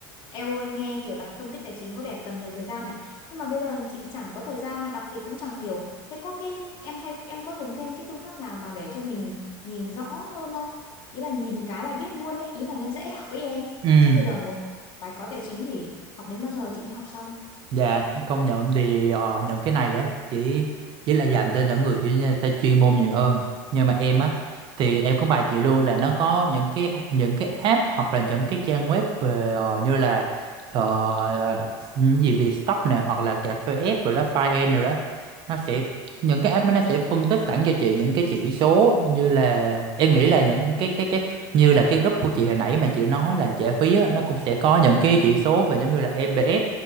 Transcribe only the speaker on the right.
ừ
Dạ công nhận thì ờ, những cái này á chỉ chỉ là dành cho những người kiểu như người ta chuyên môn nhiều hơn nhưng mà em á thì em cũng bài chị luôn là nó có những cái những cái app hoặc là những cái trang web về ờ, như là ờ, những gì Vietstock này hoặc là cà phê app rồi đó Fine rồi đó nó sẽ những cái app đó nó sẽ phân tích sẵn cho chị những cái chỉ số như là em nghĩ là những cái cái cái như là cái group của chị hồi nãy mà chị nói là trả phí á, nó cũng sẽ có những cái chỉ số về giống như là EPS